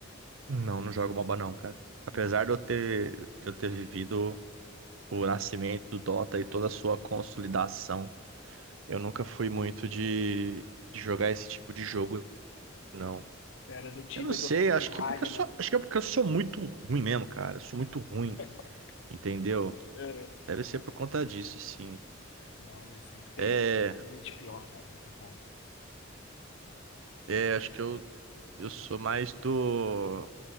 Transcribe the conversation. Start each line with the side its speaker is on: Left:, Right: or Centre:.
Right: Não, não jogo MOBA não, cara. Apesar
Left: Não.
Right: de eu ter, de eu ter vivido o nascimento do Dota e toda a sua consolidação Eu nunca fui muito de, de jogar esse tipo de jogo, não.
Left: Era do Tibia
Right: Eu não sei,
Left: do,
Right: acho
Left: do Ragnar.
Right: que é porque eu sou, acho que é porque eu sou muito ruim mesmo, cara. Eu sou muito ruim,
Left: <laughs>
Right: entendeu?
Left: É.
Right: Deve ser por conta disso, sim.
Left: Não, mas sempre tem
Right: É,
Left: tem gente pior, cara. Não tem como.
Right: é, acho que eu, eu sou mais do,